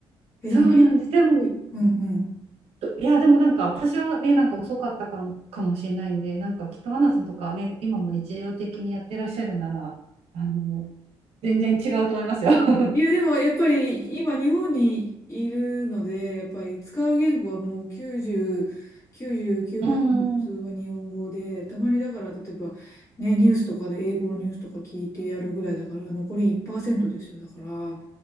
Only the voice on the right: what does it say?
そうなんです。
でも、
といや、でもなんか私はね、なんか遅かったからかもしれないんで、なんかきっとアンナさんとかね、今も日常的にやってらっしゃるなら、あの、全然違うと思いますよ。<laughs>
うーん。<laughs>